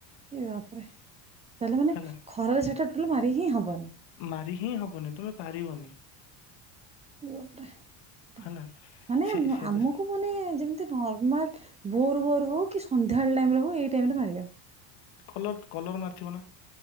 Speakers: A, on the right (about 15°); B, on the left (about 70°).
A: ଏ ବାପରେ ତାହେଲେ ମାନେ
B: ହେଲା
A: ଖରାରେ ସେ ଟୋଟାଲ ମାରି ହିଁ ହବନି।
B: ମାରି ହିଁ ହବନି ତୁମେ ପାରିବନି।
A: ବାପରେ ସେଟା
B: ହେଲା।
A: ମାନେ
B: ସେ ସେ
A: ଆମକୁ
B: ତ
A: ମାନେ ଯେମତି ନର୍ମାଲ ଭୋରୁ ଭୋରୁ ହୋଉ କି ସନ୍ଧ୍ୟାବେଳ ଟାଇମରେ ହୋଉ ଏଇ ଟାଇମରେ ମାରିିବା।
B: କଲର୍ କଲର୍ ମାରିଥିବ ନା